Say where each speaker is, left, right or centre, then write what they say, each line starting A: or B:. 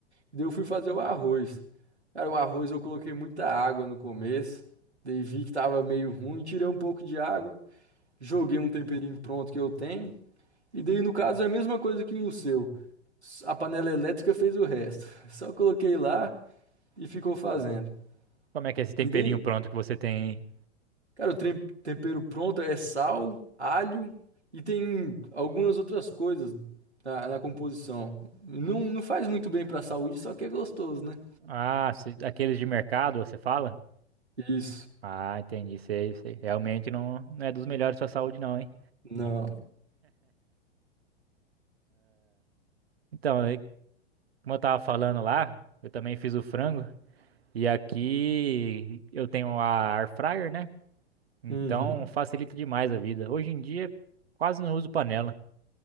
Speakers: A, on the right (about 85°); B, on the right (about 65°).
A: E daí eu fui fazer o arroz. Cara, o arroz eu coloquei muita água no começo. Daí vi que tava meio ruim, tirei um pouco de água. Joguei um temperinho pronto que eu tenho. E daí, no caso, é a mesma coisa que o seu. A panela elétrica fez o resto. <laughs> Só coloquei lá e ficou fazendo.
B: Como é que é esse temperinho
A: E daí,
B: pronto que você tem? aí?
A: cara, o trem- tempero pronto é sal, alho e tem algumas outras coisas na, na composição. Não, não faz muito bem pra saúde, só que é gostoso, né?
B: Ah, se- aqueles de mercado, você fala?
A: Isso.
B: Ah, entendi, sei, sei. Realmente não, não é dos melhores pra saúde não, hein?
A: Não.
B: Então, aí, como eu tava falando lá, eu também fiz o frango. E aqui eu tenho a air fryer, né? Então
A: Uhum.
B: facilita demais a vida. Hoje em dia quase não uso panela.